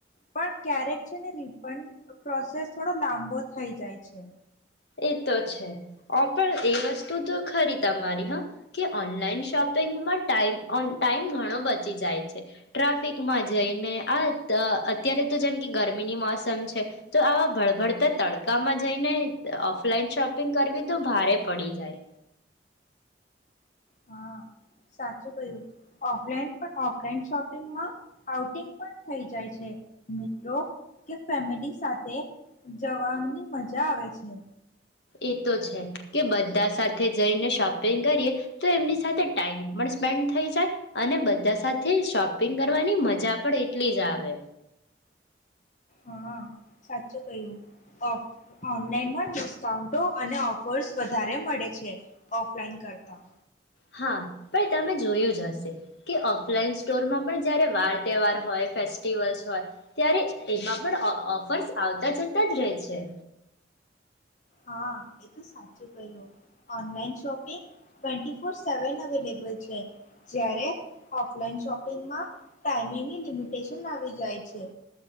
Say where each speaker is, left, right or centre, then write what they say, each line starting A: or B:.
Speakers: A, on the left; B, on the left.
A: પણ ક્યારેક છે ને રિફંડ પ્રોસેસ થોડો લાંબો થઈ જાય છે
B: એ તો છે પણ એ વસ્તુ તો ખરી તમારી હા કે ઓનલાઈન શોપિંગમાં ટાઈમ ઓન ટાઈમ ઘણો બચી જાય છે ટ્રાફિકમાં જઈને આ અત્યારે તો જેમ કે ગરમીની મોસમ છે તો આવા ભળભડતા તડકામાં જઈને ઓફલાઈન શોપિંગ કરવી તો ભારે પડી જાય
A: હા સાચું કહયું ઓફલાઈન પણ ઓફલાઈન શોપિંગમાં આઉટિંગ પણ થઈ જાય છે મિત્રો કે ફેમિલી સાથે જવાની મજા આવે છે
B: એ તો છે કે બધા સાથે જઈને શોપિંગ કરીએ તો એમની સાથે ટાઈમ પણ સ્પેન્ડ થઈ જાય અને બધા સાથે શોપિંગ કરવાની મજા પણ એટલી જ આવે
A: હા સાચું કયું ઓફ ઓનલાઈનમાં ડિસ્કાઉન્ટો અને ઓફર્સ વધારે મળે છે ઓફલાઈન કરતા
B: હા પણ તમે જોયું જ હશે કે ઓફલાઈન સ્ટોરમાં પણ જયારે વાર તહેવાર હોય ફેસ્ટિવલ્સ હોય ત્યારે એમાં પણ ઓફર્સ આવતા જતા જ રહે છે
A: હા એ તો સાચું કહ્યું online shopping twenty four seven available છે જ્યારે ઓફલાઈન શોપિંગમાં ટાઈમિંગની લિમિટેશન આવી જાય છે